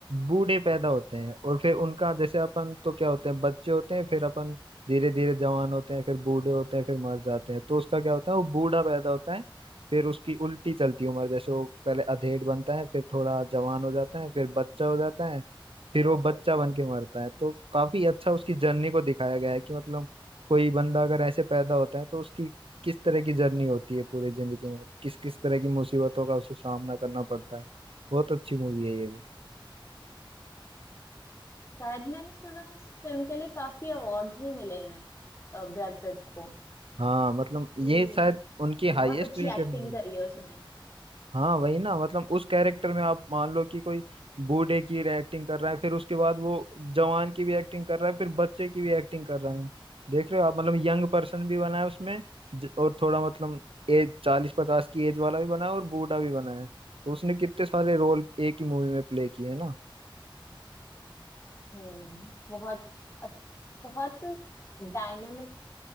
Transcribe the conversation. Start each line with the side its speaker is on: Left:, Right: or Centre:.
Right: बूढ़े पैदा होते हैं और फिर उनका जैसे अपन तो क्या होते हैं बच्चे होते हैं फिर अपन धीरे धीरे जवान होते हैं फिर बूढ़े होते हैं फिर मर जाते हैं तो उसका क्या होता है वो बूढ़ा पैदा होता है फिर उसकी उल्टी चलती उम्र जैसे वो पहले अधेड़ बनता है फिर थोड़ा जवान हो जाता है फिर बच्चा हो जाता है फिर वो बच्चा बन के मरता है तो काफी अच्छा उसकी जर्नी को दिखाया गया है कि मतलब कोई बंदा अगर ऐसे पैदा होता है तो उसकी किस तरह की जर्नी होती है पूरी जिंदगी में किस किस तरह की मुसीबतों का उसे सामना करना पड़ता है बहुत अच्छी मूवी है ये भी
Left: शायद मैंने सुना है इस फिल्म के लिए काफी अवार्ड्स भी मिले हैं ब्रैड पिट को
Right: हाँ मतलब
Left: कि
Right: ये शायद उनकी
Left: बहुत
Right: हाईएस्ट
Left: अच्छी
Right: रेटेड
Left: एक्टिंग
Right: मूवी
Left: करी है उसने
Right: हाँ वही ना मतलब उस कैरेक्टर में आप मान लो कि कोई बूढ़े की एक्टिंग कर रहा है फिर उसके बाद वो जवान की भी एक्टिंग कर रहा है फिर बच्चे की भी एक्टिंग कर रहा है देख रहे हो आप मतलब यंग पर्सन भी बना है उसमें ज- और थोड़ा मतलब एज चालीस पचास की एज वाला भी बना है और बूढ़ा भी बना है तो उसने कितने सारे रोल एक ही मूवी में प्ले किए हैं ना
Left: हम्म बहुत अच्छ- बहुत डायनेमिक